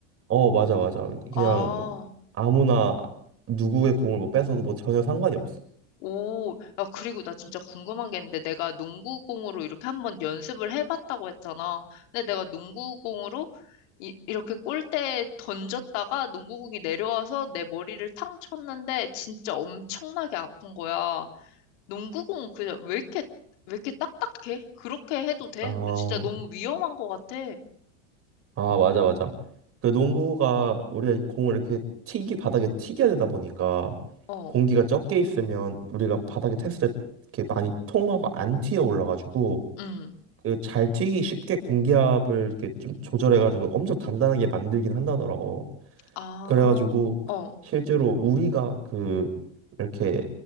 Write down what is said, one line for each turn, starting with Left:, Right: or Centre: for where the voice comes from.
Right: 어, 맞아, 맞아.
Left: 아,
Right: 그냥 아무나 누구의 공을 뭐 뺏어도 뭐 전혀 상관이 없어.
Left: 오, 야, 그리고 나 진짜 궁금한 게 있는데, 내가 농구공으로 이렇게 한번 연습을 해봤다고 했잖아. 근데 내가 농구공으로 이, 이렇게 골대에 던졌다가 농구공이 내려와서 내 머리를 탕 쳤는데, 진짜 엄청나게 아픈 거야. 농구공은 그냥 왜 이렇게, 왜 이렇게 딱딱해? 그렇게 해도 돼?
Right: 아,
Left: 너 진짜 너무 위험한 것 같아.
Right: 아 맞아 맞아. 그 농구가 우리가 공을 이렇게 튀기 바닥에 튀겨야 되다 보니까
Left: 어,
Right: 공기가 적게 있으면 우리가 바닥에 탔을 때 이렇게 많이 통하고 안 튀어 올라가지고
Left: 응.
Right: 그 잘 튀기 쉽게 공기압을 이렇게 좀 조절해가지고 엄청 단단하게 만들긴 한다더라고.
Left: 아,
Right: 그래가지고
Left: 어,
Right: 실제로 우리가 그 이렇게